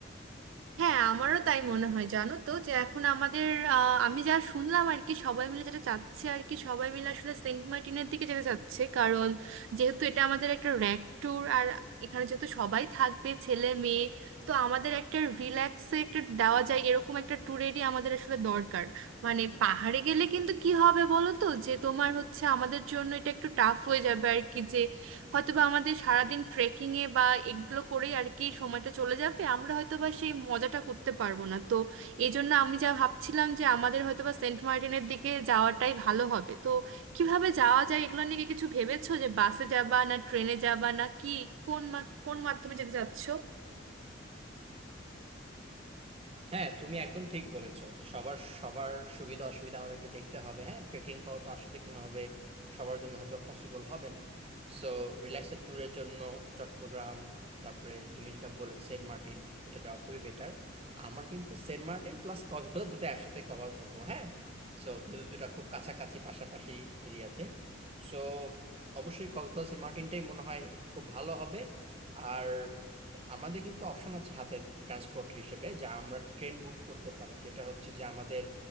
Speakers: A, on the right; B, on the right.
A: হ্যাঁ আমারও তাই মনে হয় জানো তো যে এখন আমাদের আহ, আমি যা শুনলাম আর কি সবাই মিলে যেটা চাচ্ছে আর কি সবাই মিলে আসলে সেন্ট মার্টিনের দিকে যেতে চাচ্ছে কারণ যেহেতু এটা আমাদের একটা র্যাক ট্যুর আর এখানে যেহেতু সবাই থাকবে ছেলে মেয়ে তো আমাদের একটা রিল্যাক্সে একটা দেওয়া যায় এরকম একটা ট্যুরেরই আমাদের আসলে দরকার মানে পাহাড়ে গেলে কিন্তু কি হবে বলো তো যে তোমার হচ্ছে আমাদের জন্য এটা একটু টাফ হয়ে যাবে আর কি হয়তোবা আমাদের সারাদিন ট্রেকিং এ বা এগুলো করেই আর কি সময়টা চলে যাবে আমরা হয়তোবা সেই মজাটা করতে পারবো না তো এই জন্য আমি যা ভাবছিলাম যে আমাদের হয়তোবা সেন্ট মার্টিনের দিকে যাওয়াটাই ভালো হবে তো কিভাবে যাওয়া যায় এগুলো নিয়ে কি কিছু ভেবেছো যে বাসে যাবা না ট্রেনে যাবা না কি কোন মা- কোন মাধ্যমে যেতে চাচ্ছো
B: হ্যাঁ তুমি একদম ঠিক বলেছো সবার সবার সুবিধা অসুবিধা আমাদেরকে দেখতে হবে হ্যাঁ ট্রেকিং করা তো আসলে কোনোভাবে সবার জন্য হয়তো পসিবল হবে না সো রিল্যাক্সের ট্যুরের জন্য চট্টগ্রাম তারপরে তুমি যেটা বলে সেন্ট মার্টিন এটা যাওয়া খুবই বেটার আমরা কিন্তু সেন্ট মার্টিন প্লাস কক্সবাজার দুটো একসাথে কভার করব হ্যাঁ সো যেহেতু দুটা খুব কাছাকাছি পাশাপাশি এরিয়াতে সো অবশ্যই কক্সবাজার সেন্ট মার্টিনটাই মনে হয় খুব ভালো হবে আর আমাদের কিন্তু অপশন আছে হাতের ট্রান্সপোর্ট হিসেবে যা আমরা ট্রেন বুক করতে পারি যেটা হচ্ছে যে আমাদের